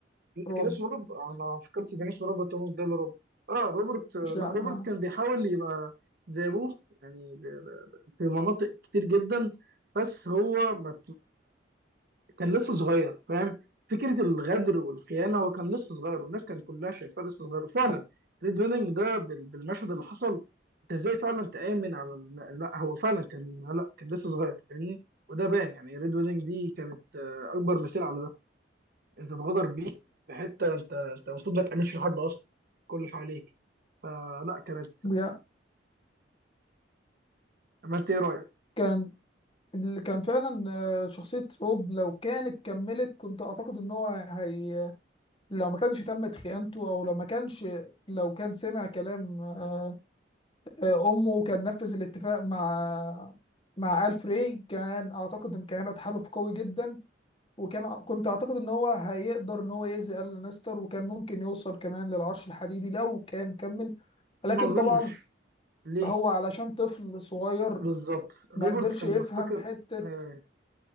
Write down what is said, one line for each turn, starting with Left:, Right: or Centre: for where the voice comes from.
Left: روب
Right: كان اسمه روب آه، انا فكرت كان اسمه روبرت هو بيداله روب اه روبرت آه،
Left: مش يعني
Right: لا روبرت كان بيحاول يبقى زي ابوه يعني ب- ب- في مناطق كتير جدا بس هو ما كان لسه صغير فاهم فكره الغدر والخيانه هو كان لسه صغير والناس كانت كلها شايفاه لسه صغير وفعلا ريد ويدنج ده بال- بالمشهد اللي حصل انت ازاي فعلا تامن على ال- لا هو فعلا كان لا كان لسه صغير فاهمني وده بان يعني ريد ويدنج دي كانت آه، اكبر مثال على ده انت اتغدر بيه في حته انت انت المفروض ما تامنش لحد اصلا كل اللي حواليك فلا كانت
Left: يا-
Right: ما انت ايه رايك؟
Left: كان اللي كان فعلا آه، شخصية روب لو كانت كملت كنت أعتقد إن هو هي لو ما كانش تمت خيانته او لو ما كانش لو كان سمع كلام آه، آه، امه كان نفذ الاتفاق مع مع الفري كان اعتقد ان كان هيبقى تحالف قوي جدا وكان كنت اعتقد ان هو هيقدر ان هو يأذي ال لانستر وكان ممكن يوصل كمان للعرش الحديدي لو كان كمل
Right: ما
Left: لكن
Right: اظنش
Left: طبعا
Right: ليه؟
Left: هو علشان طفل صغير
Right: بالظبط روبرت
Left: ما قدرش
Right: كان
Left: يفهم
Right: مفتكر
Left: حتة
Right: آه،